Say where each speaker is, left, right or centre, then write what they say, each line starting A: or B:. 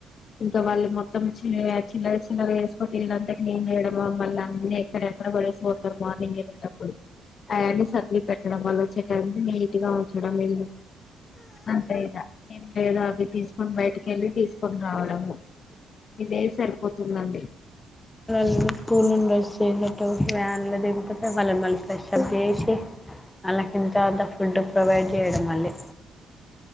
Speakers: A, on the left (about 55°); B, on the left (about 15°).
A: ఇంకా వాళ్ళు మొత్తం చి చిల్ల చిల్లర వేసుకొ పిల్ళంట నం చేయడం మళ్ళ అన్నీ అంటడ ఎక్క వెారు మార్నింగ్ పోయి అవీ సర్లి పెట్టడం వల్ల వచ్చేట నీట్ గా ఉంచడం ఇల్లు అంతే ఇద ఏం లేదు అవి తీసుకొని బయటికి వెళ్ళి తీసుకొని రావడము ఇదే సరిపోతుందండి
B: ఇ స్కూల్ండ బస్ వ్యాన్లు దింపితే వాళ్ళని మళ్ళీ ఫ్రెషబ్ చేసి వాళ్ళకి ఇంత అంత ఫుడ్ ప్రొవైడ్ చేయడం మళ్ళీ